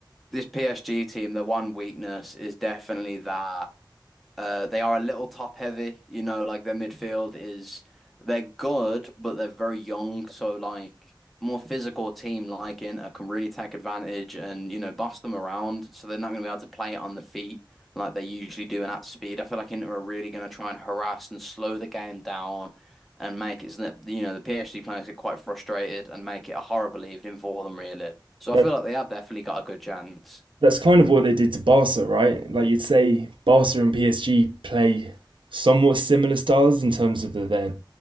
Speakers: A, in the centre; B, on the right.
A: this PSG team, their one weakness is definitely that. Uh, they are a little top heavy, you know, like their midfield is they're good, but they're very young. So like more physical team like Inter can really take advantage and, you know, boss them around. So they're not gonna be able to play it on the feet like they usually do and at speed. I feel like Inter are really gonna try and harass and slow the game down and make it so that, you know, the PSG players get quite frustrated and make it a horrible evening for them really. So
B: That,
A: I feel like they have definitely got a good chance.
B: that's kind of what they did to Barca, right? Like you'd say, Barca and PSG play somewhat similar styles in terms of the, they're